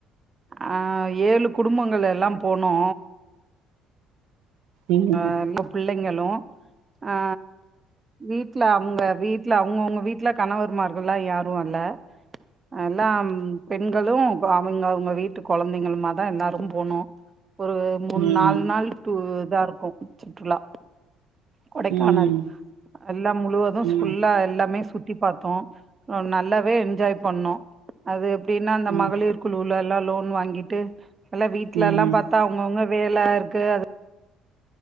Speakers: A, on the right; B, on the right.
A: அ ஏழு குடும்பங்கள் எல்லா போனோ
B: ம்
A: அ
B: ம்
A: நம்ம பிள்ளைங்களு ஆ வீட்ல அவுங்க வீட்ல அவங்கவுங்க வீட்ல கணவர்மார்கள்ல்லா யாரு வர்ல எல்லாம் பெண்களு அவுங்க அவுங்க வீட்டு கொழந்தைங்களுமா தா எல்லாரும் போனோ ஒரு மூண்
B: ம்
A: நாலு நாள் டூ இதா இருக்கு சுற்றுலா கொடைக்கானல்
B: ம்
A: எல்லாம் முழுவது‌
B: ம்
A: ஃபுல்லா எல்லாமே சுத் தி பாத்தோ நல்லாவே என்ஜாய் பண்ணோ அது எப்டின்னா அந்த
B: ம்
A: மகளிர் குழு லலா லோன் வாங்கிட்டு இப்பெல்லா வீட்ல
B: ம்
A: எல்லா பாத்தா அவங்கவுங்க வேலருக்கு அது